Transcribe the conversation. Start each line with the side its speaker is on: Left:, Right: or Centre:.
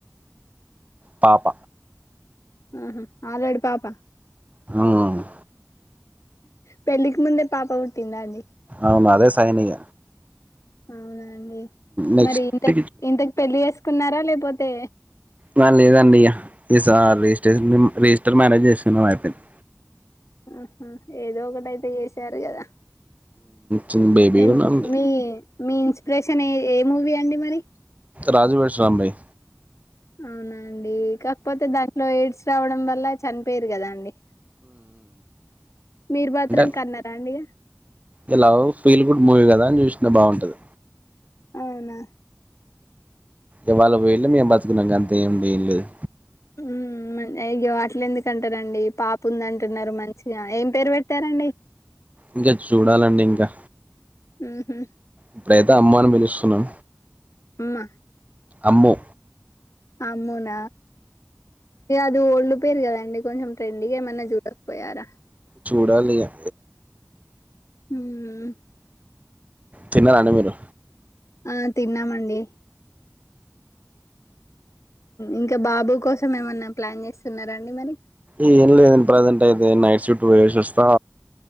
Right: పాప
Left: ఆహ ఆల్రెడీ పాప
Right: అవునువును
Left: పెళ్ళికి ముందే పాప పుట్టిందా అండి
Right: అవును అదే సైన్ ఇగ
Left: అవునా అండి
Right: నెక్స్ట్
Left: మరి ఇంత ఇంతకు పెళ్లి చేసుకున్నారా లేకపోతే
Right: న లేదండి ఇగ స రిజస్ట్రేషన్ రిజిస్టర్ మ్యారేజ్ చేసుకున్నం అయిపోయింది
Left: ఆహా ఏదో ఒకటైతే చేసారు కదా
Right: చిన్న బేబీ
Left: ఎమ్
Right: కూడా ఉంది
Left: మీ మీ ఇన్స్పిరేషన్ ఏ మూవీ అండి మరి
Right: రాజు వెడ్స్ రాంబాయ్
Left: అవునాండి కాకపోతే దాంట్లో ఎయిడ్స్ రావడం వల్ల చనిపోయరు కదా అండి మీరూ మాత్రం
Right: అంటే
Left: కన్నరా అండి
Right: ఇ లవ్ ఫీల్ గుడ్ మూవీ కదా అని చూసనా బాగుంటది
Left: అవునా
Right: ఇవాళకి వెళ్ళి మేము బతుకున్నాం అంత ఏమి లేం లేదు
Left: ఉ అయ్యో అయ్యేందుకు అంట టారండి పాప ఉంది అంటున్నారు మంచిగా ఏం పేరు పెట్టారండి
Right: ఇంకా చూడాలండి ఇంకా
Left: ఆ హమ్
Right: ఇప్పుడు అయితే అమ్ము అని పిలుస్తున్నాం
Left: మా
Right: అమ్ము
Left: అమ్మున ఇ అది ఓల్డ్ పేరు కదండి కొంచెం ట్రెండ్ ది ఏమన్నా చూడకపోయారా
Right: చూడాలిగా
Left: ఉమ్
Right: తిన్నారండి మీరు
Left: ఆ తిన్నామండి ఇంకా బాబు కోసం ఏమన్నా ప్లాన్ చేస్తున్నారాండి మరి
Right: ఏం లేదండి ప్రజెంట్ అయితే నైట్ షిఫ్ట్ పోయేసిస్తా